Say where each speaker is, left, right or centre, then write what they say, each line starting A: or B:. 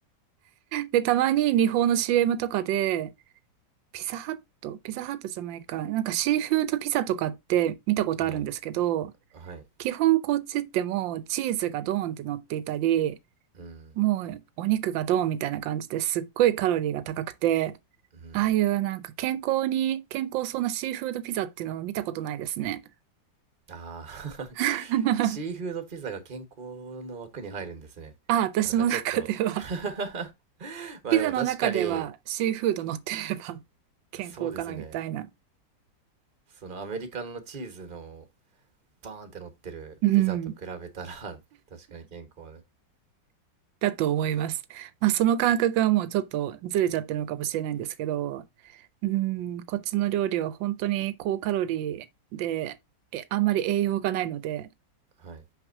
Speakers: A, on the right; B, on the right.
A: で、たまに日本の CM とかで、ピザハット、ピザハットじゃないか、なんかシーフードピザとかって見たことあるんですけど、
B: はい。はい。
A: 基本こっちってもうチーズがドーンって乗っていたり、
B: うん。
A: もうお肉がドーンみたいな感じですっごいカロリーが高くて、
B: うん。
A: ああいうなんか健康に、健康そうなシーフードピザっていうのを見たことないですね。
B: ああ <laughs>
A: <laughs>
B: シーフードピザが健康の枠に入るんですね。
A: あ、私の中では、
B: なんかちょっと <laughs> まあでも確かに、
A: ピザの中ではシーフード乗ってれば健康かなみたいな。
B: そそうですね。そのアメリカのチーズのバーンって乗ってるピザと比べたら
A: うん。
B: <laughs> 確かに健康で。
A: だと思います。まあ、その感覚はもうちょっとずれちゃってるのかもしれないんですけど、うん、こっちの料理は本当に高カロリーで、え、あんまり栄養がないので、
B: はい。